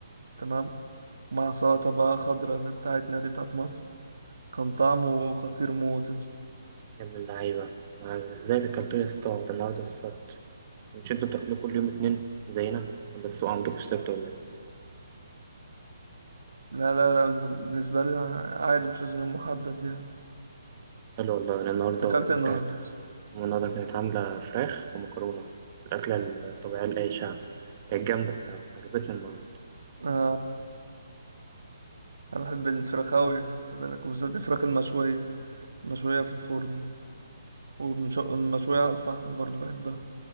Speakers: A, on the right (about 80°); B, on the right (about 35°).
A: تمام مع سلطه بقى خضراء اللي بتاعتنا دي بتاعت مصر كان طعمه خطير موت يا اسطى
B: يا ابن اللعيبه آه، ازاي اكلتوا يا اسطى ده النهارده السبت مش انتوا بتاكلوا كل يوم اتنين زينا ولا السوق عندكم السبت ولا ايه
A: لا لا لا بالنسبه لي عادي مش لازم يوم محدد يعني
B: حلو والله انا النهارده
A: انت اكلت
B: أمي
A: ايه النهارده
B: كانت
A: يا اسطى؟
B: أمي النهارده كانت عامله فراخ ومكرونه الاكله الطبيعيه لاي شعب كانت جامده الصراحه عجبتني المره دي
A: آه انا بحب الفراخ اوي خلي بالك وبالذات الفراخ المشويه المشويه في الفرن دي والمشويه على الفحم برضو بحبها